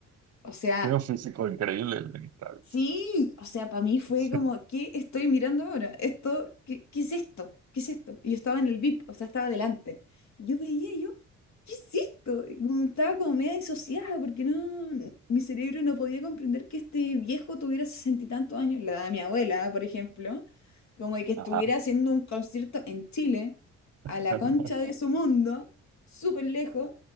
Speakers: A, on the left (about 65°); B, on the right (about 55°).
A: O sea,
B: Tiene un físico increíble el Lenny Kravitz.
A: Sí, o sea, para mí fue
B: Sí.
A: como, ¿qué estoy mirando ahora? Esto, ¿qué, qué es esto? ¿Qué es esto? Y yo estaba en el VIP, o sea, estaba delante. Yo veía y yo, ¿qué es esto? Y como estaba como media disociada porque no, mi cerebro no podía comprender que este viejo tuviera sesenta y tantos años, la edad de mi abuela, por ejemplo, como de que estuviera
B: Ajá.
A: haciendo un concierto en Chile, a
B: <laughs>
A: la concha de su mundo, súper lejos,